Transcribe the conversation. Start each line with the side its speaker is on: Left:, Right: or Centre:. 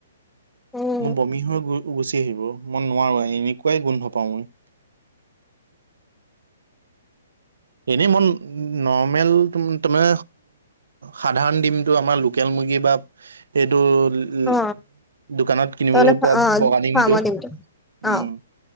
Centre: উম
Right: মোৰ বমি হৈ গুচি আহিব মই নোৱাৰো এনেকুৱাই গোন্ধ পাওঁ মই। এনেই মই নৰ্মেল তাৰমানে। সাধাৰণ ডিমটো আমাৰ লোকেল মুৰ্গী বা এইটো উ
Centre: অ
Right: দোকানত কিনিবলে
Centre: তাৰমানে
Right: পোৱা
Centre: অ
Right: বগা ডিমটো
Centre: ফাৰ্মৰ
Right: উম,
Centre: অ